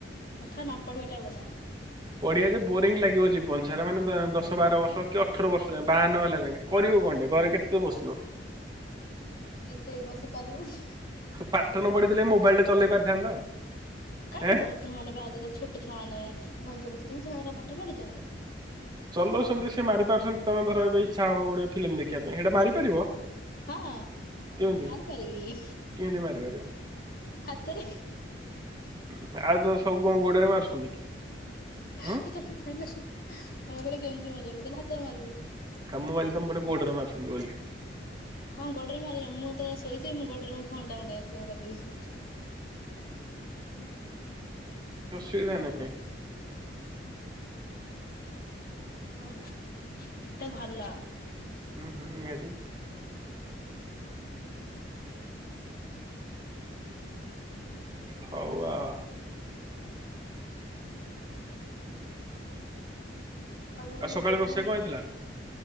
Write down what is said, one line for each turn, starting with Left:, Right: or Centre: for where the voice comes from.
Left: ପାଠ ନ ପଢିବାଟା ବଢିଆ।
Right: ପଢିଆ ଯେ ବୋରିଙ୍ଗ ଲାଗିବ ଯିବନସାରା ମାନେ ଦଶ ବାର ବର୍ଷ କି ଅଠର ବର୍ଷ ଯାଏଁ ବାହା ନହେଲା ଯାକେ। କରିବ କଣଟେ ଘରେ କେତେ ବସିବ।
Left: ଏତେ ବସିପାରିବୁ।
Right: ଉ ପାଠନ ପଢିଥିଲେ ମୋବାଇଲ ଟା ଚଲେଇ ପାରିଥାନ୍ତ?
Left: କାହିଁ
Right: ଏ
Left: ଗଧ ମାନେ ବା ଆଜିକାଲି ଛୋଟ ଛୁଆ ମାନେ ଫୋନ ଦେଉଛନ୍ତି ସେମାନେ କଣ ପାଠ ପଢିଛନ୍ତି?
Right: ଚଲଉଛନ୍ତି ସେ ମାରି ପାରୁଛନ୍ତି ତମେ ଧର ଏବେ ଇଚ୍ଛା ହବ ଗୋଟେ ଫିଲ୍ମ ଦେଖିବା ପାଇଁ ହେଟା ମାରିପାରିବ?
Left: ହଁ
Right: କେମିତି
Left: ମାରିପାରିବି
Right: କେମିତି ମାରିପାରିବ?
Left: ହାତରେ।
Right: ହୁଁ ଆଉ ତ ସବୁ କଣ ଗୋଡରେ ମାରୁଛନ୍ତି କି।
Left: ତମେ
Right: ହୁଁ
Left: କହିଲ ତମେ କହିଲ କେମିତି ମାରିବ ମୁଁ କହିଲି ହାତରେ ମାରିବି।
Right: କାମ ବାଲି ତମପଟେ ଗୋଡରେ ମାରୁଛନ୍ତି ବୋଲି।
Left: ହଁ ଗୋଡ଼ ରେ ମାରିବେ ମୁଁ ଏତବେଳେ ଶୋଇଥିବି ମୁଁ ଗୋଡ଼ରେ ମୋ ଫୋନ୍ ଟାକୁ ନେଇ ଆସିବ କତିକି।
Right: ଅସୁବିଧା ନାହିଁ।
Left: ଭଲ ସେତ ଭଲ।
Right: ହୁଁ ହୁଁ ନିହାତି। ହଉ ଆଉ।
Left: ଆଉ
Right: ସକାଳେ
Left: କଣ
Right: ରୋଷେଇ ହେଇଥିଲା?